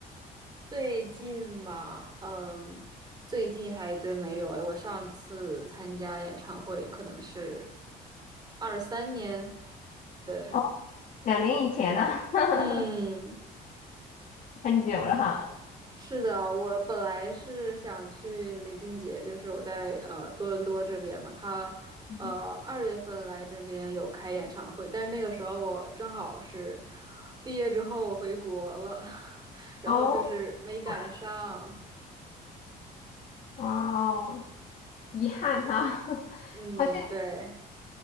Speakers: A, on the right (about 25°); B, on the left (about 45°).
A: <laughs> 最近嘛，嗯，最近还真没有。哎，我上次参加演唱会可能是二三年，对，
B: 哦，两年以前了，<laughs>
A: 嗯。
B: 很久了哈。
A: 是的，我本来是想去李俊杰，就是我在呃多伦多这边嘛，他呃二月份来这边有开演唱会，
B: 嗯，
A: 但是那个时候我正好是毕业之后我回国了，<laughs> 然后就是没赶上。
B: 哦，哇哦，遗憾哈，<laughs>
A: 嗯，
B: 好像。
A: 对，